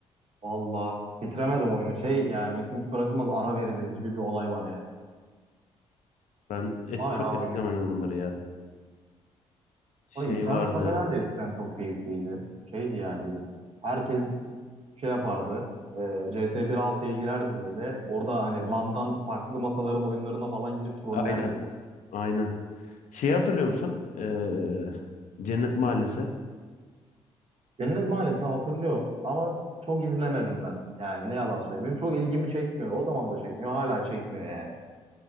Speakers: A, on the right; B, on the left.
A: Valla bitiremedim oyunu. Şey yani Metin 2 bırakılmaz ara verilir gibi bir olay var yani.
B: Ben eski,
A: Hala
B: çok
A: oynuyorum.
B: eskiden oynadım bunları ya. Şey
A: O internet
B: vardı.
A: kafeler de eskiden çok keyifliydi. Şeydi yani böyle. Herkes şey yapardı. E, CS 1.6'ya girerdi böyle. Orada hani LAN'dan farklı masaların oyunlarına falan girip trollerdik
B: Aynen.
A: biz.
B: Aynen. Şeyi hatırlıyor musun? Ee, Cennet Mahallesi.
A: Cennet Mahallesi'ni hatırlıyorum ama çok izlemedim ben. Yani ne yalan söyleyeyim. Benim çok ilgimi çekmiyordu. O zaman da çekmiyor. Hala çekmiyor yani.